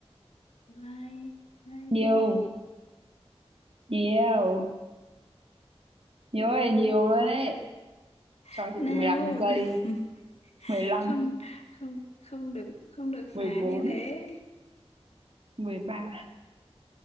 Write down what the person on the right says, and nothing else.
nhiều
nhiều nhiều
ơi nhiều luôn
đấy
cho chị
mười lăm giây
mười mười mười lăm
bốn
mười ba